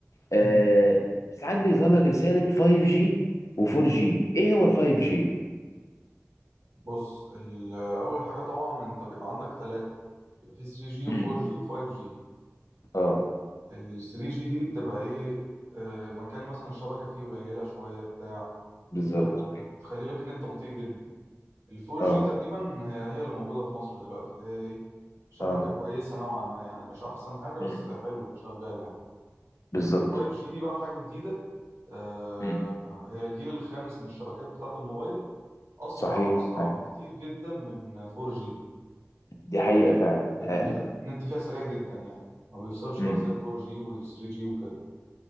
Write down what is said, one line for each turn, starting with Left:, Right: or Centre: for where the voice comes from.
Right: مم.
Left: آه، ساعات بيظهر لك رساله 5G و4G ايه هو ال 5G
Right: بص ال- اول حاجة طبعا انت بيبقى عندك ثلاثة يبقى في 3G
Left: امم
Right: و4G و5G
Left: اه
Right: ال 3G دي بتبقى ايه آه، مكان مثلا الشبكة فيه قليلة شوية بتاع
Left: بالظبط
Right: آه، بتخلي
Left: ايوه
Right: لك النت بطيء جدا ال 4G
Left: اه
Right: تقريبا هي هي اللي موجودة في مصر دلوقتي اللي هي ايه شبكة
Left: اه
Right: كويسة نوعا ما يعني مش أحسن حاجة بس
Left: امم
Right: حلوة شغالة يعني
Left: بالظبط
Right: ال 5G دي بقى حاجة جديدة آه،
Left: امم
Right: هي الجيل الخامس من الشبكات بتاعة الموبايل أسرع
Left: صحيح
Right: أسرع
Left: أيوة.
Right: بكتير جدا من 4G
Left: دي حقيقه
Right: يعني
Left: فعلا
Right: بت-
Left: آه،
Right: بت- النت فيها سريع جدا يعني ما بيفصلش
Left: مم.
Right: بقى زي ال 4G وال 3G وكده